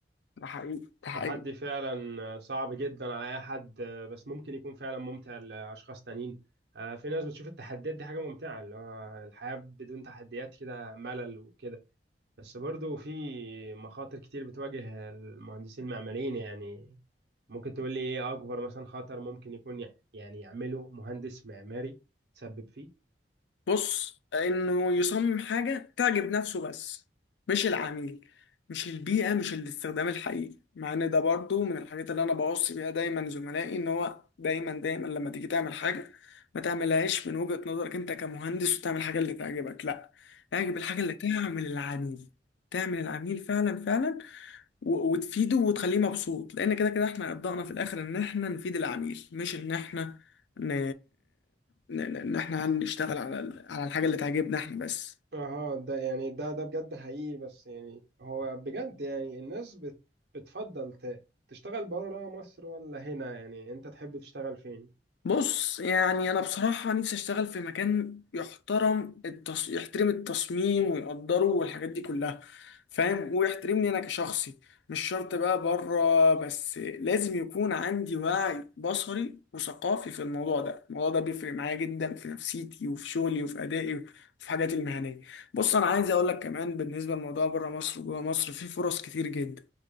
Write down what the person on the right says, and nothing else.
تحدي فعلا صعب جدا على اي حد بس ممكن يكون فعلا ممتع لاشخاص تانيين آه، في ناس بتشوف التحديات دي حاجه ممتعه اللي هو الحياه بدون تحديات كده ملل وكده بس برضو في مخاطر كتير بتواجه المهندسين المعماريين يعني ممكن تقول لي ايه اكبر مثلا خطر ممكن يكون يع- يعني يعمله مهندس معماري تسبب فيه
اه ده يعني ده ده بجد حقيقي بس يعني هو بجد يعني الناس بت بتفضل ت- تشتغل بره مصر ولا هنا يعني انت تحب تشتغل فين